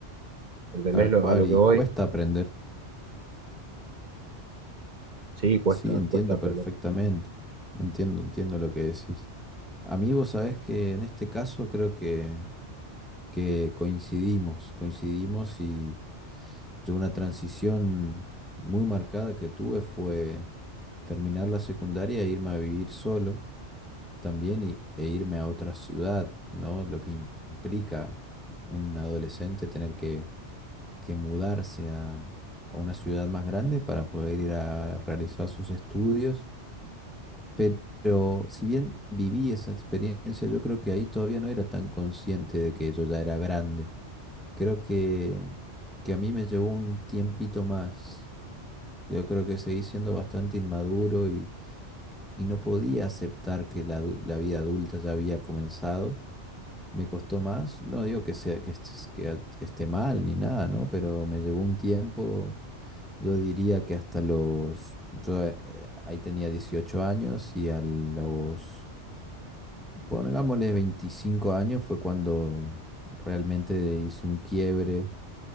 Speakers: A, on the right; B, in the centre.
A: ¿Entendés
B: tal
A: lo-
B: cual,
A: a lo
B: y
A: que voy?
B: cuesta aprender.
A: Sí, cuesta,
B: Sí, entiendo
A: cuesta aprender.
B: perfectamente. Entiendo, entiendo lo que decís. A mí vos sabés que en este caso creo que, que coincidimos, coincidimos y yo una transición muy marcada que tuve fue terminar la secundaria e irme a vivir solo también y, e irme a otra ciudad, ¿no? Lo que implica un adolescente tener que que mudarse a, a una ciudad más grande para poder ir a realizar sus estudios. Pero si bien viví esa experiencia, yo creo que ahí todavía no era tan consciente de que yo ya era grande. Creo que, que a mí me llevó un tiempito más. Yo creo que seguí siendo bastante inmaduro y, y no podía aceptar que la, adu- la vida adulta ya había comenzado. Me costó más, no digo que sea que, estés- que a- que esté mal ni nada, ¿no? Pero me llevó un tiempo Yo diría que hasta los... Yo eh, ahí tenía 18 años y a los, pongámosle 25 años fue cuando realmente hice un quiebre.